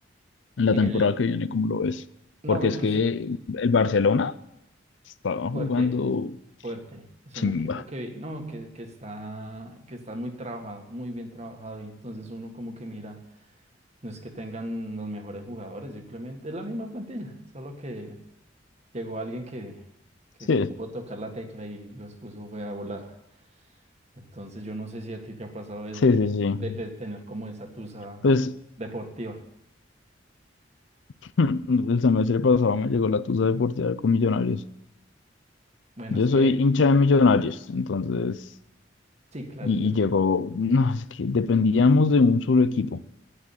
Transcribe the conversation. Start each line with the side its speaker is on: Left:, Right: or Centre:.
Left: en la
Right: el
Left: temporada que viene, ¿cómo lo ves?
Right: no,
Left: Porque
Right: y
Left: es
Right: Lucy,
Left: que el Barcelona estaba
Right: fuerte,
Left: jugando
Right: fuerte. Es
Left: chimba.
Right: un equipo que no, que, que está, que está muy trabajado, muy bien trabajado. Y entonces uno como que mira, no es que tengan los mejores jugadores, simplemente es la misma plantilla, solo que llegó alguien que, que
Left: Sí,
Right: supo tocar la tecla y los puso fue a volar. Entonces yo no sé si a ti te ha pasado eso,
Left: sí, sí, sí.
Right: de, de tener como esa tusa
Left: Pues
Right: deportiva.
Left: <laughs> el semestre pasado me llegó la tusa deportiva con Millonarios.
Right: Bueno,
Left: Yo
Right: es
Left: soy
Right: que
Left: hincha de Millonarios, entonces,
Right: sí, claro,
Left: y,
Right: yo...
Left: y llegó, no, es que dependíamos de un solo equipo,